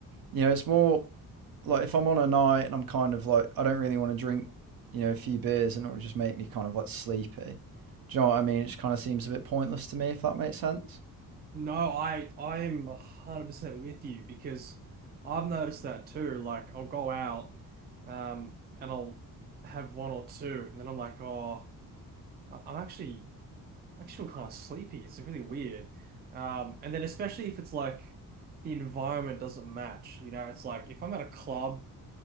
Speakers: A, on the right; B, on the right.
A: you know, it's more like if I'm on a night and I'm kind of like, I don't really want to drink, you know, a few beers and it'll just make me kind of like sleepy. Do you know what I mean? It just kind of seems a bit pointless to me, if that makes sense.
B: No, I I'm 100% with you because I've noticed that too. Like I'll go out um and I'll have one or two and then I'm like, "Oh, I- I'm actually I just feel kind of sleepy. It's like, really weird. Um, and then especially if it's like the environment doesn't match. You know, it's like if I'm at a club